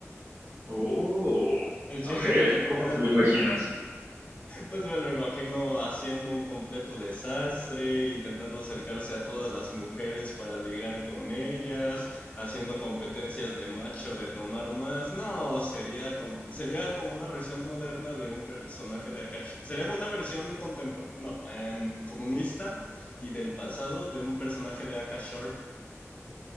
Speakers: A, on the right; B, on the left.
A: Oh,
B: El
A: a
B: Che
A: ver,
B: Guevara no
A: ¿cómo
B: puede
A: te lo
B: faltar.
A: imaginas?
B: Pues me lo imagino haciendo un completo desastre, intentando acercarse a todas las mujeres para ligar con ellas, haciendo competencias de macho de tomar más. No, sería, com- sería como una versión moderna de un personaje de Akash. Sería como una versión contemporánea, no, em, comunista y del pasado de un personaje de Akash Shore.